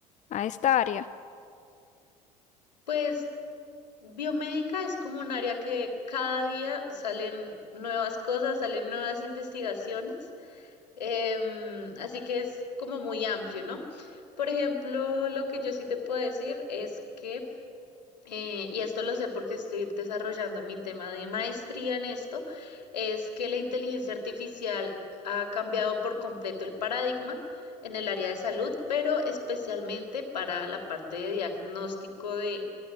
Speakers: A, on the left (about 35°); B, on the left (about 80°).
A: a esta área.
B: Pues biomédica es como un área que cada día salen nuevas cosas, salen nuevas investigaciones. Em, así que es como muy amplio, ¿no? Por ejemplo, lo que yo sí te puedo decir es que, eh, y esto lo sé porque estoy desarrollando mi tema de maestría en esto, es que la inteligencia artificial ha cambiado por completo el paradigma en el área de salud, pero especialmente para la parte de diagnóstico de,